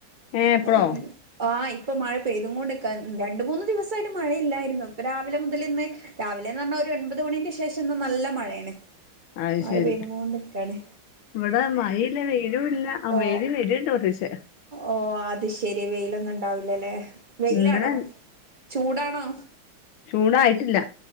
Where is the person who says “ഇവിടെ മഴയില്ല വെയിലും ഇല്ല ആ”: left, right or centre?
Left